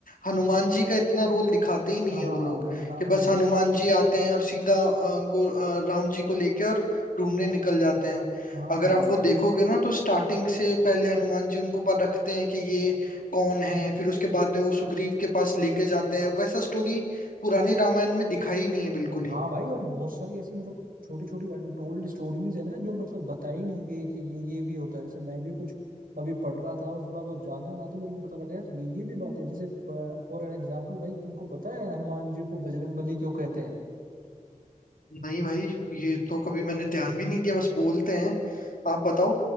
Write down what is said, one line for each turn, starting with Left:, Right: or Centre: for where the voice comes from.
Left: हनुमान जी का इतना रोल दिखाते ही नहीं
Right: हाँ
Left: है
Right: हाँ
Left: वो
Right: हाँ
Left: लोग
Right: भाई हाँ
Left: कि
Right: हाँ
Left: बस
Right: हाँ
Left: हनुमान जी आते हैं और सीधा अ, उनको अ, राम जी को लेके और ढूंढने निकल जाते हैं
Right: हाँ
Left: अगर आप वो देखोगे ना तो स्टार्टिंग से पहले हनुमान जी उनको परखते हैं कि ये कौन है फिर उसके बाद में वो सुग्रीव के पास लेके जाते हैं वैसा स्टोरी पुरानी रामायण में दिखाई ही नहीं है बिल्कुल ही
Right: हाँ भाई और बहुत सारी ऐसी मतलब छोटी छोटी अनटोल्ड स्टोरीज है ना जो मतलब बताई नहीं गई कि ये ये भी होता है जैसे मैं भी कुछ कभी पढ़ रहा था और थोड़ा बहुत जाना ना तो मेरे को पता लगा यार ये ये भी बात है जैसे फॉर एन एग्जाम्पल भाई तुमको पता है हनुमान जी को बजरंगबली क्यों कहते हैं
Left: नहीं भाई ये तो कभी मैंने ध्यान भी नहीं दिया बस बोलते हैं आप बताओ